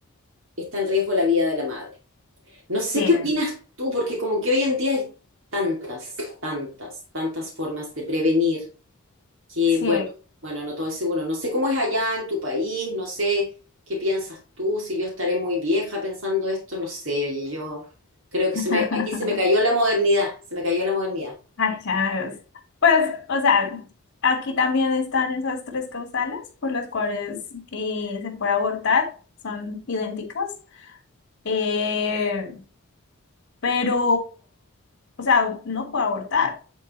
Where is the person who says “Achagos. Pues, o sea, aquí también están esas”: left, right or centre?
Left